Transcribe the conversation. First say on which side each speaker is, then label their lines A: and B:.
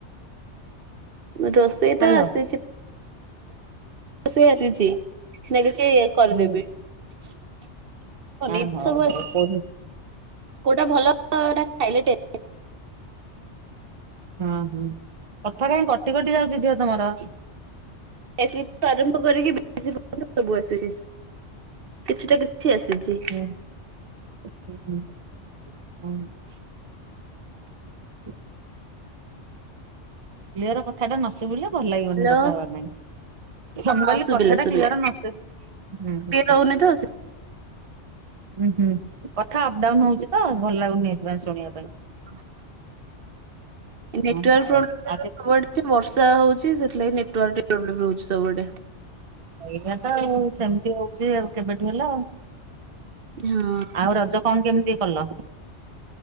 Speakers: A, on the right; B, on the right.
A: ରୋଷ ସେ
B: ହ୍ୟାଲୋ।
A: ତ ଆସିଛି ସେ ଆସିଛି କିଛି ନା କିଛି କରିଦେବି।
B: ହୁଁ
A: <unintelligible> ପନିର
B: ଆ ହଉ
A: ସବୁ
B: ହଉ
A: ଆସ
B: କୋଉଠି
A: କୋଉଟା ଭଲ। <unintelligible>
B: ହୁଁ ହୁଁ କଥା କାହିଁ କଟି କଟି ଯାଉଚି ଝିଅ ତମର।
A: <unintelligible> ସବୁ ଆସୁଚି କିଛି ଟା କିଛି କିଛି ଆସିଚି।
B: ହୁଁ <unintelligible> <inaudible> କ୍ଲିୟର କଥାଟା ନ ଶୁଭିଲେ ଭଲ ଲାଗିବନି
A: ହ୍ୟାଲୋ
B: କଥା ହବା ପାଇଁ। ଫ ମୁଁ
A: ହଁ
B: କଇଲି
A: ଶୁଭିଲା
B: କଥାଟା
A: ଶୁଭିଲା
B: କ୍ଲିୟର ନସୁ ହୁଁ
A: ଟିକେ
B: ହୁଁ ହୁଁ।
A: ରହୁନି ତ
B: ଉ ହୁଁ କଥା ଅପ୍ଡାଉନ ହଉଛିି ତ ଭଲ ଲାଗୁନି ଏଇଥିପାଇଁ ଶୁଣିବା ପାଇଁ।
A: <inaudible> ଏ ନେଟୱର୍କ
B: ହଁ ହଉ
A: ପ୍ରୋବ୍ଲେମ
B: ଆଉ କେତେ
A: <unintelligible> ବର୍ଷା ହଉଚି ସେଥିଲାଗି ନେଟୱର୍କ ଟିକେ ପ୍ରୋବ୍ଲେମ ରହୁଚି ସବୁଆଡେ।
B: ଏଇଆ ତ ଆଉ ସେମିତି ହଉଛି ଆଉ କେବେଠୁ ହେଲା ଆଉ
A: ହଁ
B: ଆଉ ରଜ କଣ କେମିତି କଲ?